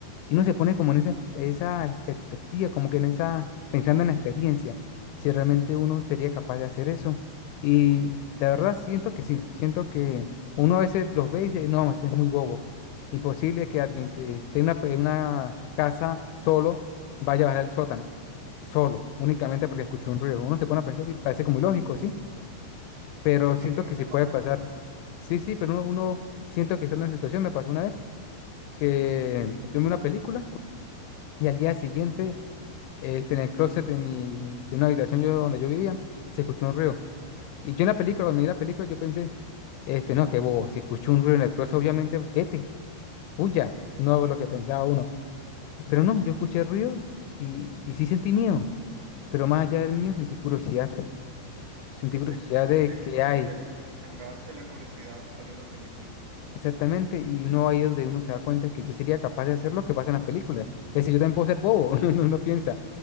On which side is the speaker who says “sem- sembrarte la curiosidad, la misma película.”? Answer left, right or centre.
Right